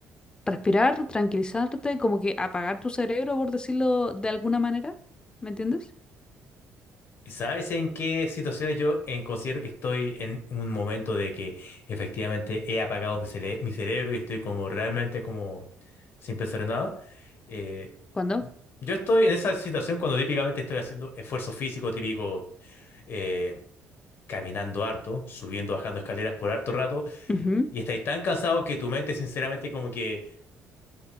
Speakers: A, on the left; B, on the left.
A: respirar, tranquilizarte, como que apagar tu cerebro, por decirlo de alguna manera, ¿me entiendes?
B: ¿Sabes en qué situaciones yo en- considero que estoy en un momento de que efectivamente he apagado mi cere- mi cerebro y estoy como realmente como sin pensar en nada? Eh,
A: ¿Cuándo?
B: Yo estoy en esa situación cuando típicamente estoy haciendo esfuerzo físico, típico eh, caminando harto, subiendo, bajando escaleras por harto rato,
A: Ujú,
B: y estáis tan cansado que tu mente, sinceramente, como que,